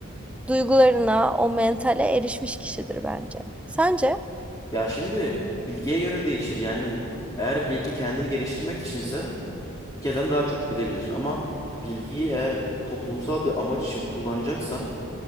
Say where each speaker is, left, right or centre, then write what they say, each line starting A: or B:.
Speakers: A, in the centre; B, on the left.
A: duygularına, o mentale erişmiş kişidir bence. Sence?
B: Ya şimdi bilgiye göre değişir. Yani eğer bilgi kendini geliştirmek içinse herkesten daha çok bilebilir. Ama bilgiyi eğer toplumsal bir amaç için kullanacaksan